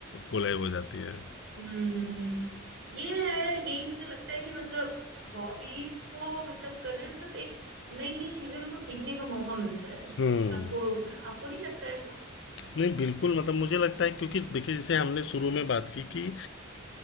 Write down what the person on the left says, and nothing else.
कोलैब हो जाती है
हम्म
नहीं बिल्कुल मतलब मुझे लगता है क्योंकि देखिए जैसे हमने शुरू में बात की कि